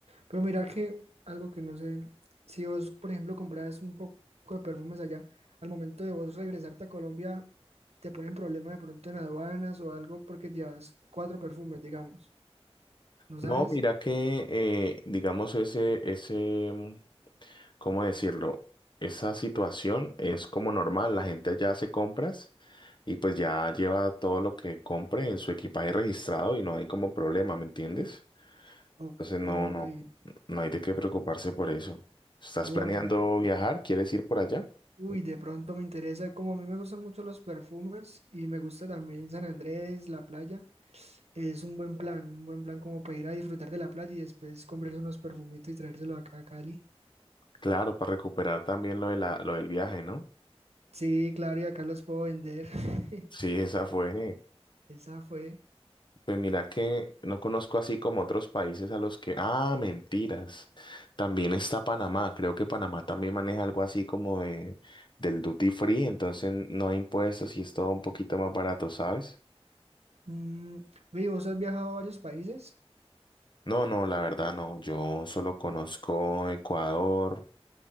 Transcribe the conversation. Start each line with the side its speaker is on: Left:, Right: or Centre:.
Right: Pero mira que algo que no sé, si vos, por ejemplo, compras un poco de perfumes allá, al momento de vos regresarte a Colombia, te ponen problema de pronto en aduanas o algo porque llevas cuatro perfumes, digamos. ¿No sabes?
Left: No, mira que, eh, digamos, ese, ese, mm, ¿cómo decirlo? Esa situación es como normal. La gente allá hace compras y pues ya lleva todo lo que compre en su equipaje registrado y no hay como problema, ¿me entiendes?
Right: O-
Left: Entonces, no,
Right: ok,
Left: no. No hay de qué preocuparse por eso. ¿Estás
Right: ok.
Left: planeando viajar? ¿Quieres ir por allá?
Right: Uy, de pronto me interesa, como a mí me gustan mucho los perfumes y me gusta también San Andrés, la playa, es un buen plan, un buen plan como para ir a disfrutar de la playa y después comprarse unos perfumitos y traérselo acá a Cali.
Left: Claro, para recuperar también lo de la, lo del viaje, ¿no?
Right: Sí, claro, y acá los puedo vender. <laughs>
Left: Sí, esa fue.
Right: Esa fue.
Left: Pues mira que no conozco así como otros países a los que... Ah, mentiras. También está Panamá. Creo que Panamá también maneja algo así como de, del duty free, entonces no hay impuestos y es todo un poquito más barato, ¿sabes?
Right: Mm, ve, ¿vos has viajado a varios países?
Left: No, no, la verdad no. Yo solo conozco Ecuador